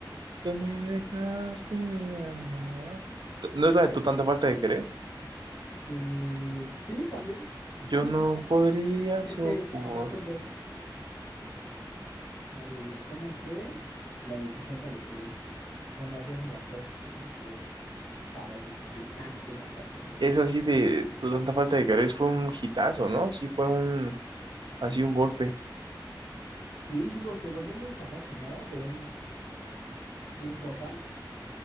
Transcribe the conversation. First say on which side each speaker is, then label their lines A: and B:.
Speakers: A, on the right (about 65°); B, on the left (about 35°).
A: que me dejaste de amar. T- ¿No es la de tu tanta falta de querer?
B: Eh, sí, también.
A: Yo
B: Justamente.
A: no podría
B: Es
A: soportar.
B: que, ajá, son dos. La de ¿Cómo fue? y la de Tu falta de querer. Son las dos migajeras que tiene. Uf, para gr- gritártelas al desgraciado.
A: Es así de tu tanta falta de querer fue un hitazo, ¿no? Sí, fue un, así un golpe.
B: Sí, digo, se volvió muy famosa, ¿no? De un tiempo acá.